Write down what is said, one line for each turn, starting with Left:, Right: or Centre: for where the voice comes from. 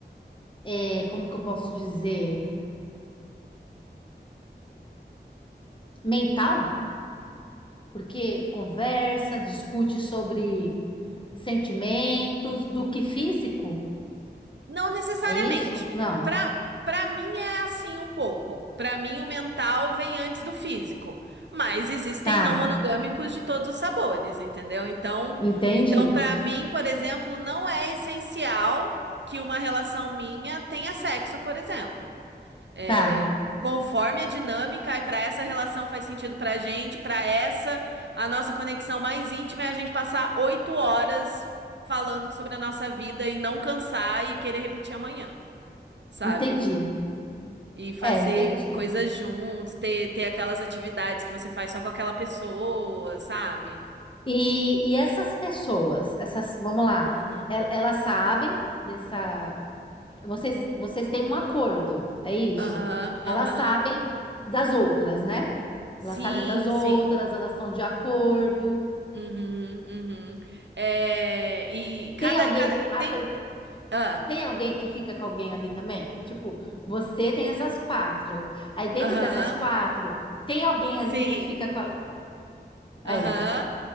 Left: é, como que eu posso dizer, mental, porque conversa, discute sobre sentimentos, do que físico.
Right: Não necessariamente.
Left: É isso? Não.
Right: Pra, pra mim é assim um pouco. Pra mim o mental vem antes do físico. Mas existem
Left: Tá.
Right: não monogâmicos de todos os sabores, entendeu? Então,
Left: Entendi.
Right: então para mim, por exemplo, não é essencial que uma relação minha tenha sexo, por exemplo. é,
Left: Tá.
Right: conforme a dinâmica, e para essa relação faz sentido para a gente, para essa, a nossa conexão mais íntima é a gente passar oito horas falando sobre a nossa vida e não cansar e querer repetir amanhã, sabe?
Left: Entendi.
Right: E fazer
Left: É, entendi.
Right: coisas junto, ter, ter aquelas atividades que você faz só com aquela pessoa, sabe?
Left: E, e essas pessoas, essas, vamos lá,
Right: Uhum.
Left: el- elas sabem dessa. Vocês, vocês têm um acordo, é isso.
Right: Aham,
Left: Elas
Right: aham.
Left: sabem das outras, né?
Right: Sim,
Left: Elas sabem das outras,
Right: sim.
Left: elas estão de acordo.
Right: Uhum, uhum. É, e
Left: Tem
Right: cada,
Left: alguém,
Right: cada,
Left: ah,
Right: tem,
Left: cre-
Right: ah,
Left: tem alguém que fica com alguém ali também? Tipo, você tem essas quatro. Aí dentro
Right: aham.
Left: dessas quatro, tem alguém
Right: Sim.
Left: ali que fica com a- Aí.
Right: Aham.